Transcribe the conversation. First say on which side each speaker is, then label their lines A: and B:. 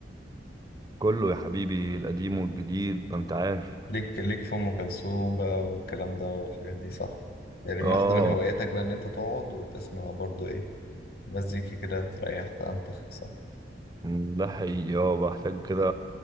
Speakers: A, on the right; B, on the left.
A: كله يا حبيبي القديم والجديد ما انت عارف
B: ليك ليك في ام كلثوم بقى والكلام ده والحاجات دي صح يعني
A: اه
B: واحده من هواياتك بقى ان انت تقعد وتسمع برضو ايه مزيكا كده تريح تنتخ صح
A: مم، ده حقيقي اه بحتاج كده